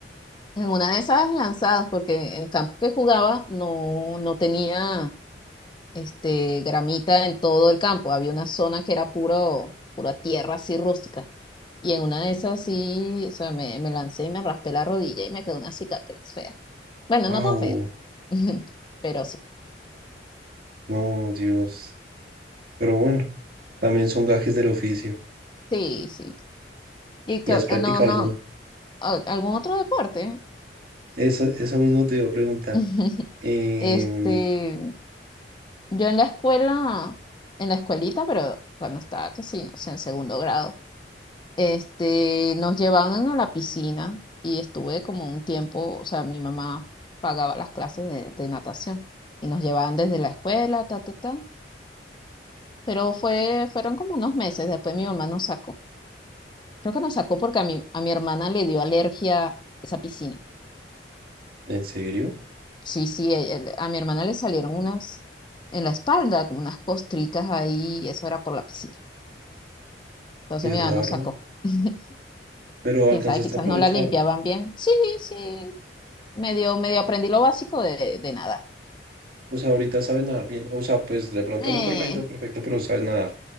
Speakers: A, on the left (about 25°); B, on the right (about 55°).
A: en una de esas lanzadas, porque el campo que jugaba no, no tenía este, gramita en todo el campo. Había una zona que era puro, pura tierra así rústica. Y en una de esas sí, o sea, me, me lancé y me raspé la rodilla y me quedó una cicatriz fea. Bueno,
B: Ah,
A: no tan fea. <laughs> Pero sí,
B: No, Dios. Pero bueno, también son gajes del oficio.
A: sí, sí. Y
B: ¿Y
A: que,
B: has practicado
A: eh, no, no,
B: algún?
A: a- algún otro deporte.
B: Eso, eso mismo te iba a preguntar.
A: <laughs>
B: Em,
A: Este, yo en la escuela, en la escuelita, pero cuando estaba, que sí, no sé, en segundo grado, este, nos llevaban a la piscina y estuve como un tiempo, o sea, mi mamá pagaba las clases de, de natación y nos llevaban desde la escuela, ta, ta, ta, pero fue, fueron como unos meses, después mi mamá nos sacó. Creo que nos sacó porque a mi, a mi hermana le dio alergia esa piscina.
B: ¿en serio?
A: Sí, sí, e- el- a mi hermana le salieron unas en la espalda, como unas costricas ahí, y eso era por la piscina. Entonces
B: Qué
A: mi
B: raro.
A: mamá nos sacó. <laughs>
B: Pero
A: Quién
B: alcanzaste
A: sabe, quizás
B: a aprovechar.
A: no la limpiaban bien. Sí, sí, medio, medio aprendí lo básico de, de nada.
B: O sea, ahorita sabes nadar bien. O sea, pues de pronto
A: Eh,
B: no perfecto, perfecto, pero sabes nadar.